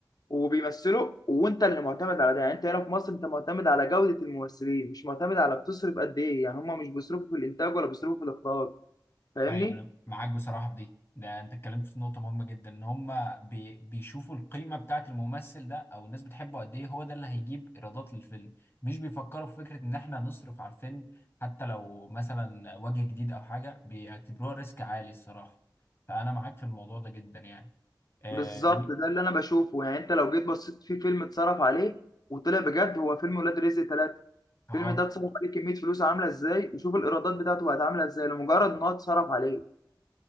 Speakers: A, on the left; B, on the left.
A: وبيمثلوا وانت اللي معتمد على ده يعني انت هنا في مصر انت معتمد على جودة الممثلين مش معتمد على بتصرف قد ايه يعني هم مش بيصرفوا في الانتاج ولا بيصرفوا في الاخراج فاهمني
B: ايوه انا معاك بصراحه في دي ده انت اتكلمت في نقطه مهمه جدا ان هم بي بيشوفوا القيمه بتاعه الممثل ده او الناس بتحبه قد ايه هو ده اللي هيجيب ايرادات للفيلم مش بيفكروا في فكره ان احنا نصرف على الفيلم حتى لو مثلا وجه جديد او حاجه بيعتبروها ريسك عالي الصراحه فانا معاك في الموضوع ده جدا يعني اه,
A: بالظبط
B: مي-
A: ده اللي انا بشوفه يعني انت لو جيت بصيت في فيلم اتصرف عليه وطلع بجد هو فيلم ولاد رزق ثلاثة
B: آه.
A: الفيلم ده اتصرف عليه كمية فلوس عاملة ازاي وشوف الايرادات بتاعته بقت عاملة ازاي لمجرد ان هو اتصرف عليه